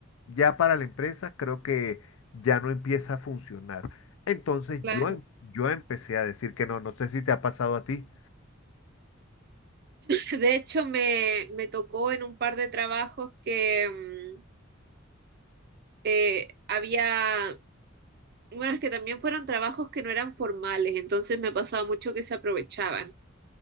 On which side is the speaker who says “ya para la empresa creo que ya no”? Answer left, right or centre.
Left